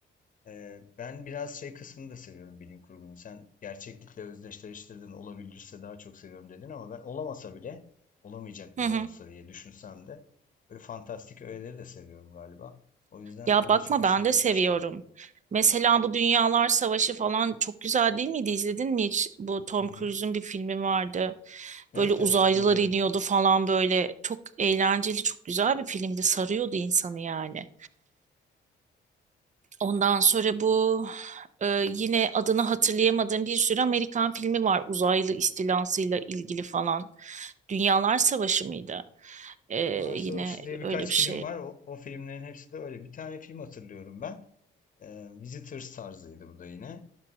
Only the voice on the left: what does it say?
Ee, ben biraz şey kısmını da seviyorum bilim kurgunun. Sen gerçeklikle özdeşleştirdin, olabilirse daha çok seviyorum dedin ama ben olamasa bile, olamayacak bile
olsa diye düşünsem de böyle fantastik öğeleri de seviyorum galiba. O yüzden
o
da çok hoşuma
gitmişti.
Hı hı.
Evet
evet izledim.
Dünyalar Savaşı
diye birkaç
film
var. O, o filmlerin hepsi de öyle. Bir tane film hatırlıyorum ben. Ee, Visitors tarzıydı bu da yine.